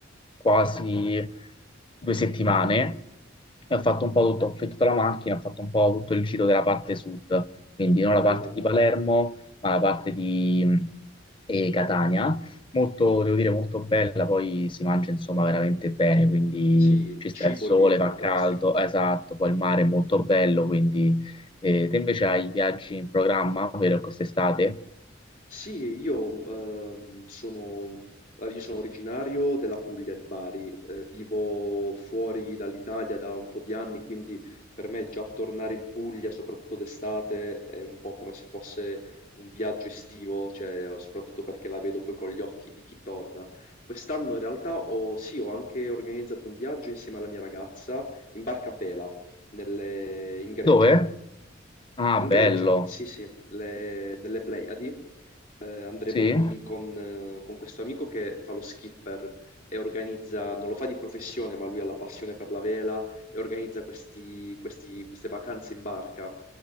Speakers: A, on the left; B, on the left.
A: quasi due settimane e ho fatto un po' tutto, ho affittato la macchina, ho fatto un po' tutto il giro della parte sud, quindi non
B: Bella.
A: la parte di Palermo, ma la parte di mh, eh, Catania. Molto, devo dire, molto bella, poi si mangia insomma veramente bene, quindi
B: Sì, il
A: ci
B: cibo
A: sta il sole,
B: lì è fantastico.
A: fa caldo, esatto, poi il mare è molto bello, quindi... E te invece hai viaggi in programma, vero, quest'estate?
B: Sì, io, ehm, sono, eh, io sono originario della Puglia di Bari, eh, vivo fuori dall'Italia da un po' di anni, quindi per me già tornare in Puglia, soprattutto d'estate, è un po' come se fosse un viaggio estivo, cioè, soprattutto perché la vedo poi con gli occhi di chi torna. Quest'anno in realtà ho, sì, ho anche organizzato un viaggio insieme alla mia ragazza in barca a vela nelle- in Grecia.
A: Dove? Ah,
B: In
A: bello.
B: Grecia, sì, sì, le- nelle Pleiadi eh, andremo
A: Sì,
B: lì con, eh, con questo amico che fa lo skipper e organizza, non lo fa di professione, ma lui ha la passione per la vela e organizza questi- questi- queste vacanze in barca.